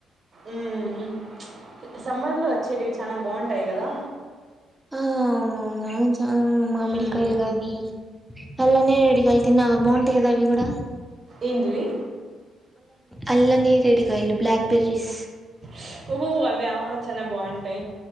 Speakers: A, on the right (about 40°); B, in the centre.
A: మ్మ్ ప్చ్ సమ్మర్ లో వచ్చేటివి చానా బాగుంటాయ్ గదా
B: ఆ అవును ఆవును ప్చ్ ఆ మామిడికాయలు
A: మ్మ్.
B: గాని అలానే అల్లనేరెడిగాయల్ తిన్నా బాగుంటాయ్ కదా అవి గూడ
A: ఎందివి
B: అల్ల నేరేడు కాయలు బ్లాక్ బెర్రీస్
A: ష్ ఓహో అవ్వా చానా బాం టయ్